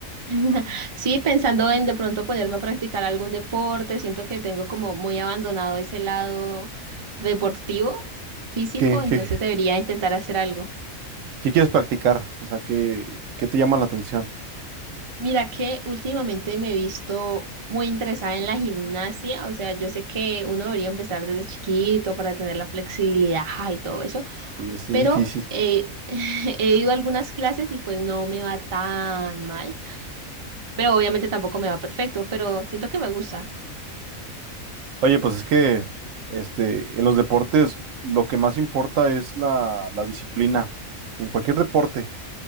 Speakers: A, on the right; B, on the right.
A: <laughs> sí, pensando en de pronto ponerme a practicar algún deporte. Siento que tengo como muy abandonado ese lado deportivo, físico,
B: ¿Qué,
A: entonces
B: qué,
A: debería intentar hacer algo.
B: qué quieres practicar? O sea, ¿qué, qué te llama la atención?
A: Mira que últimamente me he visto muy interesada en la gimnasia, o sea, yo sé que uno debería empezar desde chiquito para tener la flexibilidad y todo eso
B: Y es, es
A: pero
B: difícil.
A: eh, <laughs> he ido a algunas clases y pues no me va tan mal, pero obviamente tampoco me va perfecto, pero siento que me gusta.
B: Oye, pues es que este, en los deportes lo que más importa es la, la disciplina. En cualquier deporte,